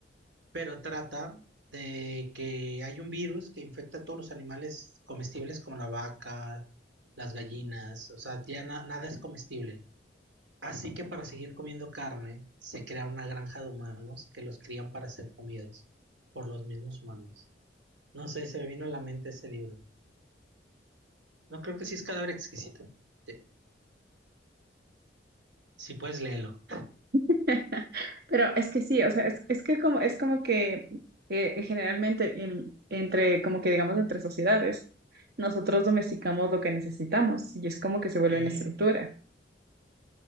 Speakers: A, on the right (about 80°); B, on the right (about 60°).
A: pero trata de que hay un virus que infecta a todos los animales comestibles como la vaca, las gallinas, o sea, ya na- nada es comestible. Así que para seguir comiendo carne, se crea una granja de humanos que los crían para ser comidos por los mismos humanos. No sé, se me vino a la mente ese libro. No creo que sí es cadáver exquisito. Sí, Si puedes, léelo.
B: <laughs> Pero es que sí, o sea, es, es que como, es como que eh, generalmente en- entre, como que digamos, entre sociedades, nosotros domesticamos lo que necesitamos y es como que se vuelve
A: Eh,
B: una estructura.